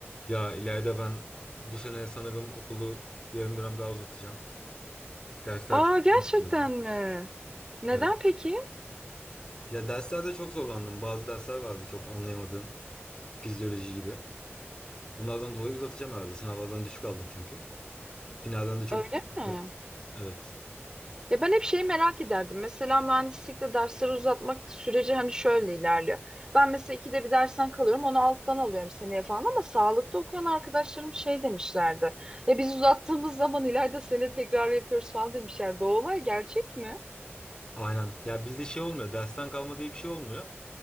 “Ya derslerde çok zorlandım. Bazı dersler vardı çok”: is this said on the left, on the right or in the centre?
Left